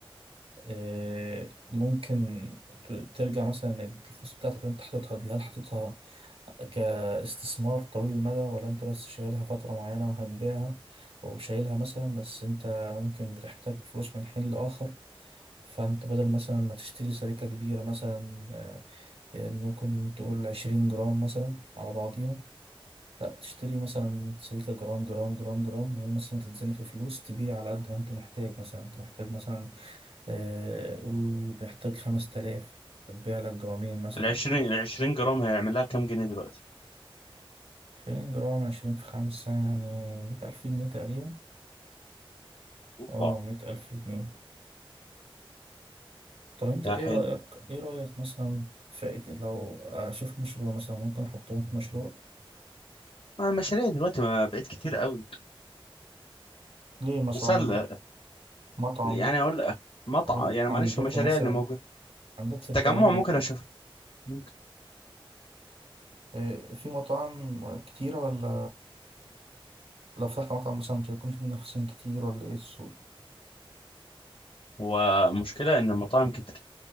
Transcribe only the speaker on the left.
ال 20 ال 20 جرام هيعمل لها كام جنيه دلوقتي
اوبا
ده
حلو
ما المشاريع دلوقتي ما بقت كتير قوي
مسل
يعني اقول مطعم
يعني
معلش المشاريع
اللي موجوده
في
التجمع
ممكن اشوفها ممكن
هو المشكله ان المطاعم كترت